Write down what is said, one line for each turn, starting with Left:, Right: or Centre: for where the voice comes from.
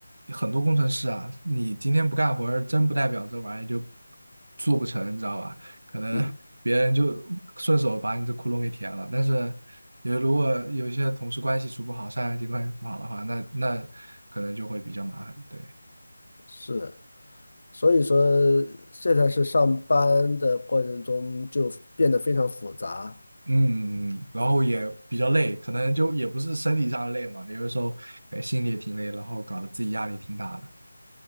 Right: 很多工程师啊，你今天不干活儿，真不代表这玩意就做不成，你知道吧？可能别人就顺手把你这窟窿给填了。
Left: 嗯，
Right: 但是，有如果有一些同事关系处不好，上下级关系不好的话，那那可能就会比较麻烦。对，
Left: 是。所以说现在是上班的过程中就变得非常复杂，
Right: 嗯，然后也比较累，可能就也不是身体上累嘛，有的时候哎心里也挺累，然后搞得自己压力挺大的。